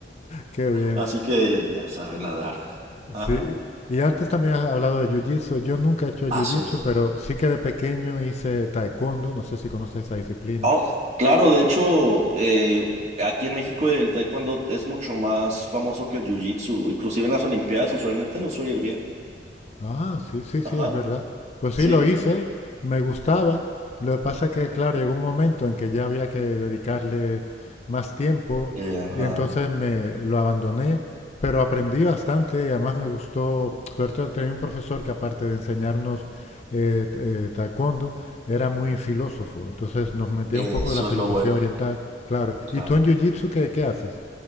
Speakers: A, on the left; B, on the right.
A: Qué bien.
B: Así que ya sabe nadar. Ajá,
A: Sí. Y antes también has hablado de jiu-jitsu. Yo nunca he hecho jiu-jitsu,
B: así es.
A: pero sí que de pequeño hice taekwondo. No sé si conoces esa disciplina.
B: Oh, claro, de hecho, eh, aquí en México el taekwondo es mucho más famoso que el jiu-jitsu, inclusive en las Olimpiadas usualmente no suele ir bien.
A: Ah, sí, sí, sí,
B: Ajá,
A: es verdad. Pues sí,
B: sí.
A: lo hice, me gustaba. Lo que pasa que, claro, llegó un momento en que ya había que dedicarle más tiempo
B: Eh, ajá.
A: y entonces me lo abandoné, pero aprendí bastante y además me gustó. Suerte tenía un profesor que aparte de enseñarnos eh, t- eh, taekwondo, era muy filósofo. Entonces nos metía
B: Eso
A: un poco de la filosofía
B: es lo bueno,
A: oriental, claro.
B: claro.
A: ¿Y tú en jiu-jitsu qué, qué haces?